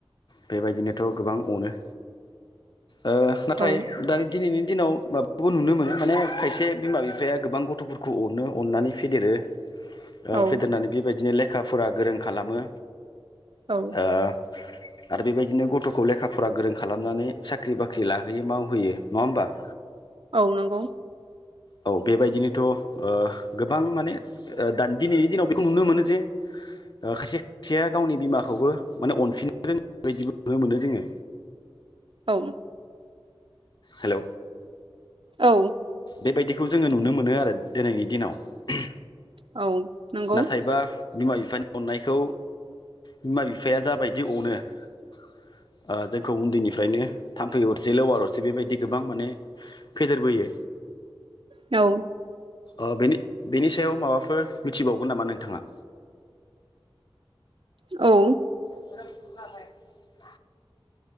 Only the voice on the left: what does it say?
बेबायदिनोथ' गोबां अनो । ओ नाथाय
दानि दिनैनि दिनाव माबाखौबो नुनो मोनो माने खायसे बिमा बिफाया गोबां गथ'फोरखौ अनो अननानै फेदेरो ओ
फेदेरनानै बेबायदिनो ले खा फरा गोरों खालामो
ओ आरो बेबायदिनो गथ'खौ लेखा फरा गोरों खालामनानै साख्रि बाख्रि लाहोयो मावहोयो नङा होमबा ।
औ बेबायदिनोथ' ओ गोबां माने दानि दिनैनि दिनाव बेखौ नुनो मोनो जे ओ खायसे खायसेया गावनि बिमाखौबो माने अनफिननो रोङै बायदिबो नुनो मोनो । जोङो
हेलौ
बेबायदिखौ जोङो नुनो मोनो आरो दिनैनि दिनाव ।
नाथायबा बिमा बिफानि अननायखौ बिमा बि <unintelligible> जाबायदि अनो ओ जोंखौ उन्दैनिफ्रायनो थाम्फै अरसै लोवार अरसै बेबायदि गोबां माने फेदेरबोयो
ओ बेनि बेनिसायाव माबाफोर मिथिबावगोन नामा नोंथाङा?
<unintelligible>